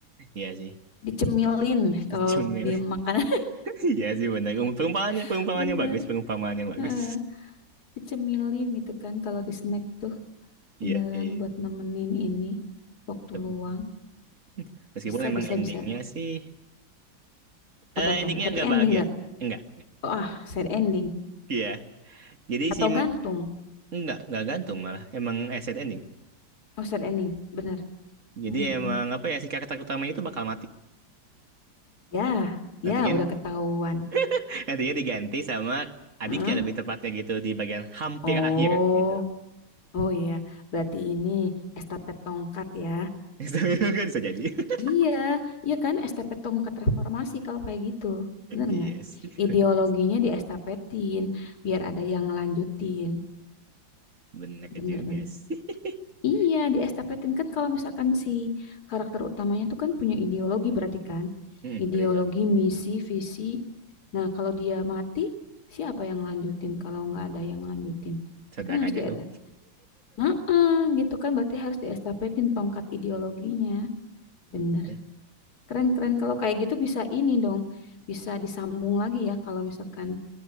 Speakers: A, on the right; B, on the left.
A: Iya sih.
B: dicemilin kalau
A: Cemil.
B: di makanan
A: <laughs> Iya sih benar. Um, Perumpamaannya,
B: <laughs>
A: perumpamaannya
B: bener
A: bagus, perumpamaannya yang bagus.
B: eh, dicemilin gitu kan kalau di snack tuh
A: <laughs>
B: beneran
A: Iya, eh.
B: buat nemenin ini waktu
A: Tapi-
B: luang
A: Meskipun
B: bisa
A: emang
B: bisa
A: endingnya
B: bisa
A: sih, eh
B: apa tuh
A: endingnya
B: happy
A: nggak
B: ending
A: bahagia.
B: nggak
A: Enggak.
B: oh, ah sad ending
A: Iya. Jadi
B: atau
A: si
B: gantung
A: nggak nggak gantung malah. Emang asset ending.
B: oh sad ending bener
A: Jadi
B: hmm.
A: emang apa ya si karakter utamanya itu bakal mati.
B: ya
A: Nantinya
B: ya udah ketahuan
A: <laughs> nantinya diganti sama adiknya
B: Heeh.
A: lebih tepatnya gitu di bagian hampir
B: Oh
A: akhir gitu.
B: Oh iya, berarti ini estafet tongkat ya.
A: <laughs> Itu kan bisa jadi. <laughs>
B: Iya, iya kan estafet tongkat reformasi kalau kayak gitu. Bener
A: Iya
B: nggak?
A: sih.
B: Ideologinya
A: Benar, sih.
B: diestapetin biar ada yang ngelanjutin.
A: Benar
B: Bener-bener.
A: juga sih. <laughs>
B: Iya, diestapetin kan kalau misalkan si karakter utamanya itu kan punya ideologi berarti kan.
A: Hmm,
B: Ideologi,
A: ada lagi.
B: misi, visi. Nah, kalau dia mati, siapa yang lanjutin kalau nggak ada yang lanjutin?
A: Saudaranya
B: Itu kan harus diada.
A: tuh.
B: Heeh, gitu kan berarti harus diestapetin tongkat ideologinya. Benar.
A: Eh,
B: Keren-keren kalau kayak gitu bisa ini dong. Bisa disambung lagi ya kalau misalkan